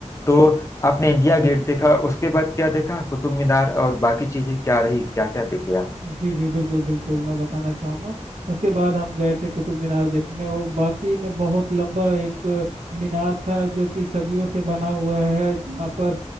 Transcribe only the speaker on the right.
जी
बिल्कुल
जी जी बिल्कुल बिल्कुल मैं बताना चाहूँगा उसके बाद हम गए थे कुतुब मीनार देखने वो बाकी में बहुत लंबा एक मीनार था जो कि सदियों से बना हुआ है जहाँ पर